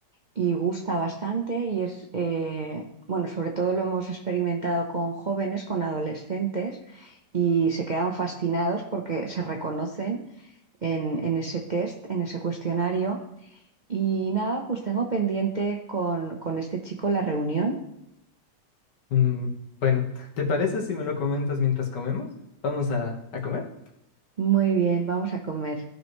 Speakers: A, on the right (about 45°); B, on the left (about 70°).
A: y gusta bastante y es, eh, bueno, sobre todo lo hemos experimentado con jóvenes, con adolescentes y se quedan fascinados porque se reconocen en, en ese test, en ese cuestionario. Y nada, pues tengo pendiente con, con este chico la reunión.
B: Mm, bueno, ¿te parece si me lo comentas mientras comemos? Vamos a, a comer.
A: Muy bien, vamos a comer.